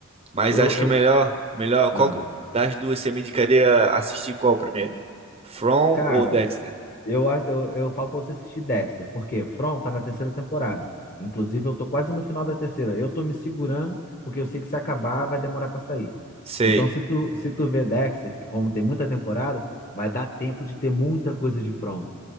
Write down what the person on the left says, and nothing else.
Eu,
eu,
ah.
Cara,
eu, a- eu, eu falo pra você assistir Dexter, porque From tá na terceira temporada. Inclusive, eu tô quase no final da terceira. Eu tô me segurando, porque eu sei que se acabar, vai demorar pra sair.
Então, se tu, se tu vê Dexter, que como tem muita temporada, vai dar tempo de ter muita coisa de From.